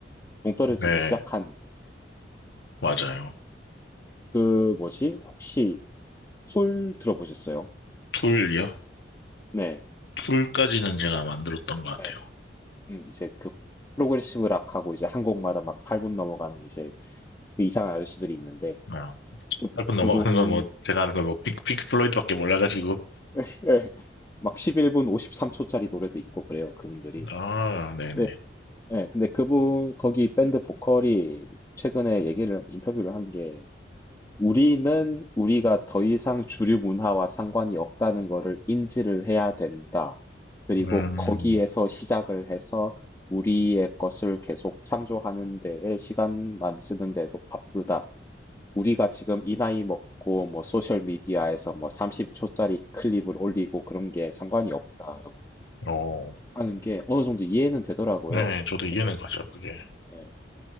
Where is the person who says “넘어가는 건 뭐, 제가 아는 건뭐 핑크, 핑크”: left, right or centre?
Left